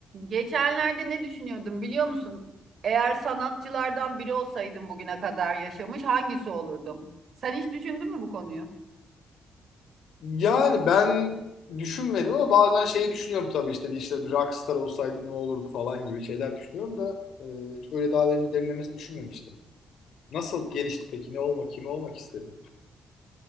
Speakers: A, on the right (about 55°); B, on the left (about 75°).
A: Geçenlerde ne düşünüyordum biliyor musun? Eğer sanatçılardan biri olsaydım bugüne kadar yaşamış hangisi olurdum? Sen hiç düşündün mü bu konuyu?
B: Yani ben düşünmedim ama bazen şeyi düşünüyorum tabii işte bir işte bir rockstar olsaydım ne olurdu falan gibi şeyler düşünüyorum da e, hiç öyle daha önce derinlemesi düşünmemiştim. Nasıl gelişti peki? Ne olmak, kimi olmak istedi?